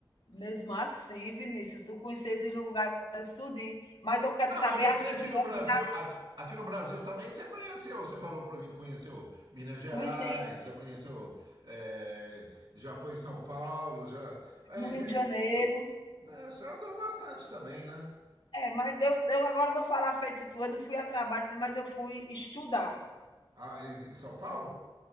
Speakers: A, on the left; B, on the right.
A: Mesmo assim, Vinícius, tu conheces esses lugares tudinho. Mas eu quero
B: Ah,
A: saber
B: mas você
A: aqui
B: aqui
A: do nosso...
B: no Brasil, aqui, aqui no Brasil também você conheceu, você falou para mim que conheceu Minas Gerais,
A: Conheci
B: já conheceu, é, já foi em São Paulo, já. É,
A: no
B: é,
A: Rio de Janeiro,
B: né, você andou bastante também, né?
A: É, mas eu, eu agora vou falar feito tu. Eu não fui a trabalho, mas eu fui estudar.
B: Ah, em, em São Paulo?